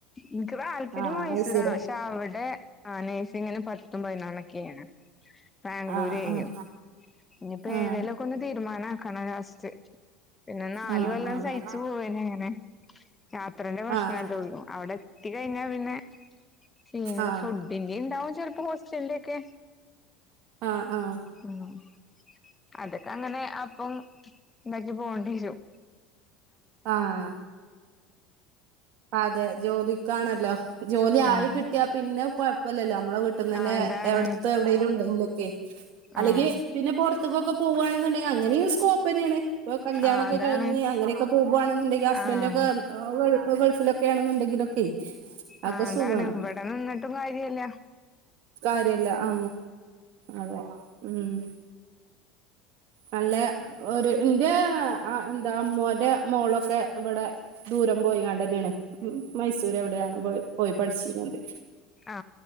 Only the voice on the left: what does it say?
ഇൻക്ക് താല്പര്യം
മൈസൂരാണ്
പക്ഷെ അവിടെ ആ നേഴ്സിങ്ങിന് പ ത്തും പതിനൊന്നും ഒക്കെയാണ് ബാംഗ്ലൂരെയ്
ഇനിപ്പോ
ഏതേലൊക്കെന്ന് തീരുമാന ആക്കണം ജസ്റ്റ് പിന്നെ നാല്
കൊല്ലം
സഹിച്ചു പോവന്നെ അങ്ങനെ അത്രേന്റെ പ്രശ്ന
ആയിട്ടൊള്ളൂ അവിടെ എത്തി കഴിഞ്ഞാൽ പിന്നെ പി
ഫുഡിന്റെ ണ്ടാവും ചിലപ്പോ ഹോസ്റ്റലിന്റെ ഒക്കെ
ഉം അതൊക്കെ അങ്ങനെ അപ്പം ഉണ്ടാക്കി പോണ്ട്യേരും.
ഉം
ആഹ് അതാണ്
ആഹ്
ആഹ് അതാണ്
ആഹ്
ആ
അതാണ് ഇവിടെ നിന്നിട്ടും കാര്യല്ല
ആ